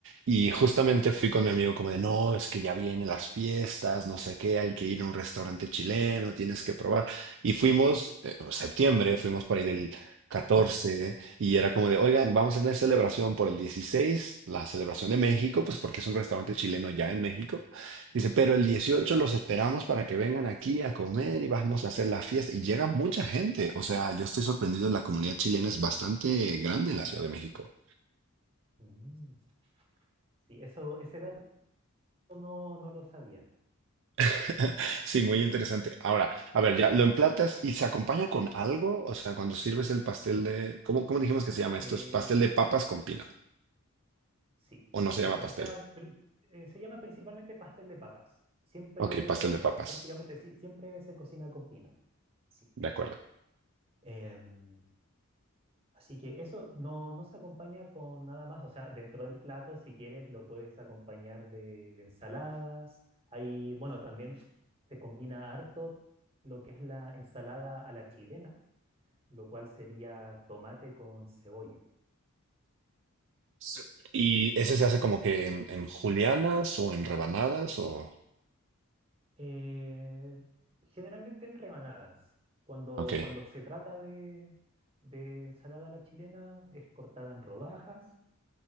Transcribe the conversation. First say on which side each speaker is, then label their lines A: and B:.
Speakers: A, on the right; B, on the right.
A: Y justamente fui con mi amigo como de, no, es que ya vienen las fiestas, no sé qué, hay que ir a un restaurante chileno, tienes que probar. Y fuimos, eh, en septiembre, fuimos por ahí del catorce
B: ujú.
A: y era como de, oigan, vamos a tener celebración por el 16, la celebración de México, pues porque es un restaurante chileno ya en México. Dice, pero el 18 los esperamos para que vengan aquí a comer y vamos a hacer la fiesta. Y llega mucha gente. O sea, yo estoy sorprendido. La comunidad chilena es bastante grande en la Ciudad de México.
B: Mm. Sí, eso, ese dato no, no lo sabía.
A: <laughs> Sí, muy interesante. Ahora, a ver, ya lo emplatas y se acompaña con algo. O sea, cuando sirves el pastel de... ¿Cómo, cómo dijimos que
B: Ah,
A: se llama esto?
B: eh,
A: ¿Es pastel de papas con pino?
B: sí,
A: ¿O no
B: exacto.
A: se llama pastel?
B: O sea, pri- eh, se llama principalmente pastel de papas. Siempre,
A: Ok, pastel
B: es-
A: de papas.
B: prácticamente, sí, siempre se cocina con pino. Sí.
A: De acuerdo.
B: Em, así que eso no, no se acompaña con nada más. O sea, dentro del plato, si quieres, lo puedes acompañar de, de ensaladas. Ahí, bueno, también se combina harto lo que es la ensalada a la chilena, lo cual sería tomate con cebolla.
A: Sí. ¿Y ese se hace como que en, en julianas o en rebanadas o...?
B: Eh, generalmente en rebanadas. Cuando,
A: Ok.
B: cuando se trata de, de ensalada a la chilena, es cortada en rodajas.